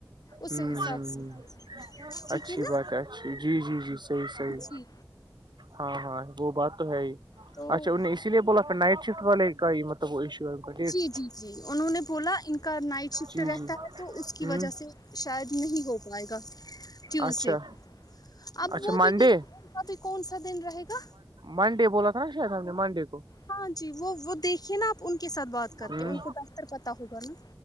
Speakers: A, on the left; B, on the right.
A: اس
B: ہ
A: حساب سے ٹھیک
B: اچھی
A: ہے نا
B: بات جی جی جی صحیح صحیح
A: جی
B: ہاں ہاں وہ بات تو ہے ہی
A: تو
B: اچھا ان اس بولا پھر نائٹ شفٹ والے کا ہی مطلب وہ ایشو ہے کا ڈیٹ
A: جی
B: سے
A: جی جی انہوں نے بولا ان کا نائٹ شفٹ
B: جی
A: رہتا
B: جی
A: ہے تو اس کی وجہ
B: ہ
A: سے شاید نہیں ہو پائے گا ٹیوزڈے
B: اچھا
A: کو اب
B: اچھا
A: وہ بھی
B: منڈے
A: دیکھتے ابھی کون سا دن رہے گا
B: منڈے بولا تھا نا شاید ہم نے منڈے کو
A: ہاں جی وہ وہ دیکھیے نا آپ ان کے ساتھ بات کر
B: ہ
A: کے ان کو بہتر پتا ہوگا نا